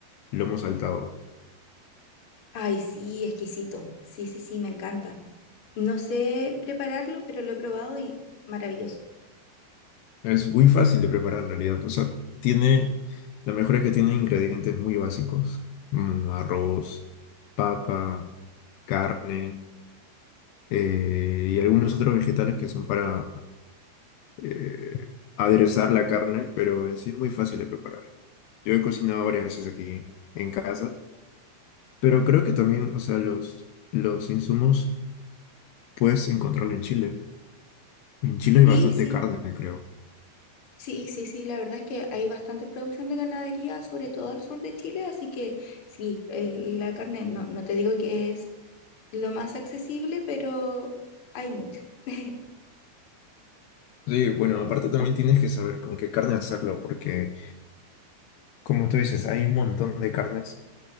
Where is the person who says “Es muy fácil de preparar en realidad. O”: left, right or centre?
Left